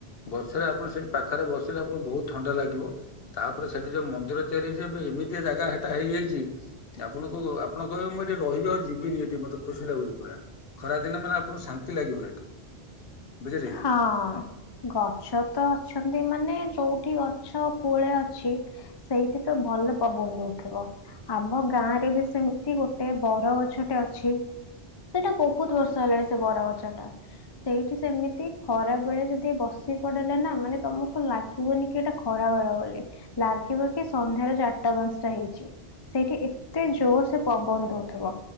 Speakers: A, on the left; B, on the left.
A: ଗଛରେ ଆପଣ ସେଠି ପାଖରେ ବସିଲେ ଆପଣଙ୍କୁ ବହୁତ ଥଣ୍ଡା ଲାଗିବ ତାପରେ ସେଠି ଯୋଉ ମନ୍ଦିର ତିଆରି ହେଇଛି ଏବେ ଏମିତି ଜାଗା ସେଟା ହେଇଯାଇଛି ଆପଣଙ୍କୁ ଆପଣ କହିବେ ମୁଁ ଏଠି ରହିବି ଆଉ ଯିବିନି ଏଠି ମତେ ଖୁସି ଲାଗୁଛି ପୁରା ଖରା ଦିନେ ମାନେ ଆପଣଙ୍କୁ ଶାନ୍ତି ଲାଗିବ ଏଠି। ବୁଝିଲେ କି?
B: ହଁ ଗଛ ତ ଅଛନ୍ତି ମାନେ ଯୋଉଠି ଗଛ ପୁଳେ ଅଛି ସେଇଠି ତ ଭଲ ପବନ ଦଉଥିବ ଆମ ଗାଁ ରେ ବି ସେମିତି ଗୋଟେ ବର ଗଛଟେ ଅଛି ସେଟା ବହୁତ ବର୍ଷ ହେଲାଣି ସେ ବରଗଛ ଟା ସେଇଠି ସେମିତି ଏ ଖରା ବେଳେ ଯଦି ବସି ପଡିଲା ନା ମାନେ ତମକୁ ଲାଗିବନି କି ଏଇଟା ଖରା ବେଳେ ବୋଲି ଲାଗିବ କି ସନ୍ଧ୍ୟାରେ ଚାରିଟା ପାଞ୍ଚଟା ହେଇଛି ସେଇଠି ଏତେ ଜୋର ସେ ପବନ ଦଉଥିବ